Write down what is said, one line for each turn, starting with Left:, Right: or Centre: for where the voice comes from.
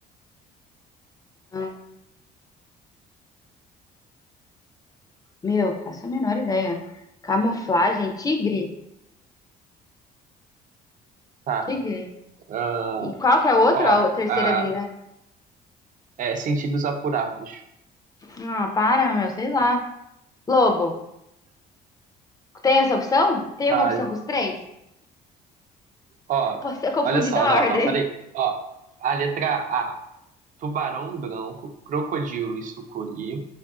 Left: Ah, Meu, faço a menor ideia. Camuflagem, tigre?
Right: Tá.
Left: Tigre.
Right: ah,
Left: E qual que é o outro?
Right: Ó,
Left: A o- terceira
Right: ah,
Left: habilidade?
Right: é, sentidos apurados.
Left: Ah, para, meu, sei lá. Lobo. Tem essa opção? Tem
Right: Tá,
Left: alguma opção com os três?
Right: ó,
Left: Eu posso ter confundido
Right: olha só,
Left: a
Right: não,
Left: ordem.
Right: não, peraí. Ó, a letra A, tubarão branco, crocodilo e sucuri.